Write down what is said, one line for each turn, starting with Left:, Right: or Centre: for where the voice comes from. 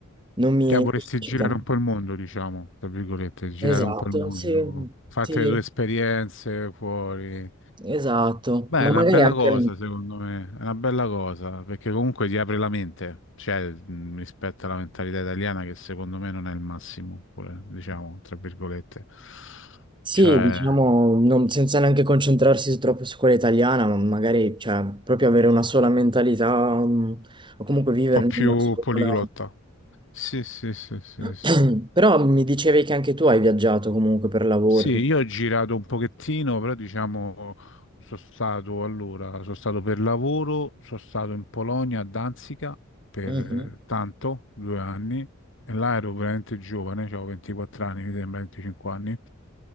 Right: non mi
Left: Cioè, vorresti
Right: mi eccita.
Left: girare un po' il mondo, diciamo, tra virgolette, girare
Right: Esatto,
Left: un po' il mondo,
Right: sì,
Left: fate
Right: sì,
Left: le tue esperienze fuori.
Right: esatto.
Left: Beh,
Right: Ma
Left: è una
Right: magari
Left: bella
Right: anche...
Left: cosa, secondo me, è una bella cosa, perché comunque ti apre la mente, cioè, mh, rispetto alla mentalità italiana, che secondo me non è il massimo, pure, diciamo, tra virgolette.
Right: Sì,
Left: Cioè,
Right: diciamo,
Left: un
Right: non- senza neanche concentrarsi troppo su quella italiana, ma magari, cioè, proprio avere una sola mentalità, mm, o comunque vivere
Left: po' più
Right: in una sola.
Left: poliglotta. Sì, sì, sì, sì,
Right: mm.
Left: sì.
Right: <clears throat> Però mi dicevi che anche tu hai viaggiato comunque per lavoro.
Left: Sì, io ho girato un pochettino, però diciamo sono stato allora, sono stato per lavoro, sono stato in Polonia a Danzica per
Right: Mhm.
Left: eh, tanto, due anni, e là ero veramente giovane, avevo 24 anni, mi sembra 25 anni,